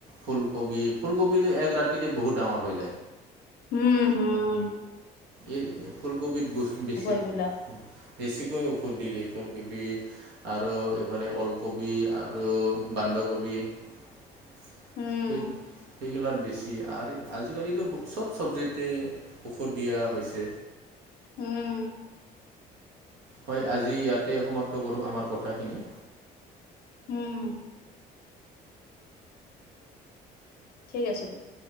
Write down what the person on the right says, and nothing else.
ফুলকবি ফুলকবিটো এক ৰাতিতে বহুত ডাঙৰ হয়।
এই ফুলকবিত ব বেছি।
বেছিকৈ ঔষধ দিলে এই ফুলকবি আৰু এইফালে ওলকবি আৰু বাণ বন্ধাকবি উম।
সেইগিলাক বেছি, আজি আজিকালিতো চব চবজিতে দিয়া হৈছে।
হয়, আজি ইয়াতে সমাপ্ত কৰোঁ আমাৰ কথাখিনি।